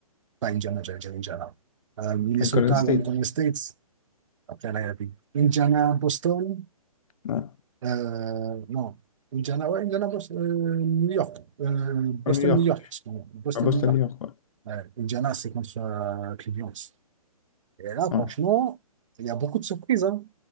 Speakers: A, on the right; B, on the left.
A: pas Indiana, j'allais dire Indiana. Euh, Minnesota,
B: Golden State.
A: Golden State. Après, là, il y avait Indiana, Boston.
B: Ouais.
A: آه نعم إنديانا أو إنديانا بوست... آه نيويورك آه بوسton
B: À New York.
A: New York excusez-moi. Boston
B: À Boston,
A: نيويورك
B: New York, ouais.
A: Ouais, Indiana c'est contre euh, Cleveland et là franchement
B: Ouais.
A: il y a beaucoup de surprises hein.